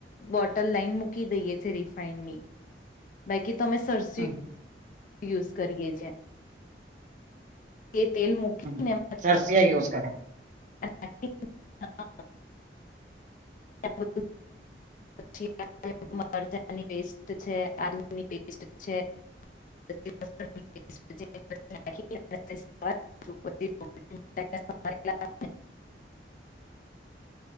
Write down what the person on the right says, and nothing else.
હ
હમ સરસિયા યુઝ કરે